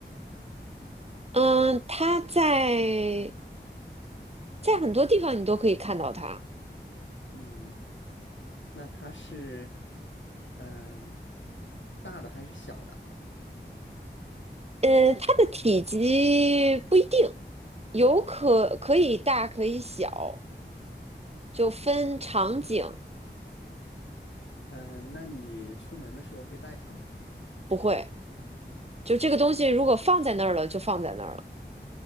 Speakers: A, on the right (about 35°); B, on the left (about 80°).
A: 嗯，它在在很多地方你都可以看到它。
B: 嗯，那它是嗯、大的还是小的？
A: 呃，它的体积不一定，有可可以大可以小，就分场景。
B: 嗯、那你出门的时候会带它吗？
A: 不会，就这个东西如果放在那儿了，就放在那儿了。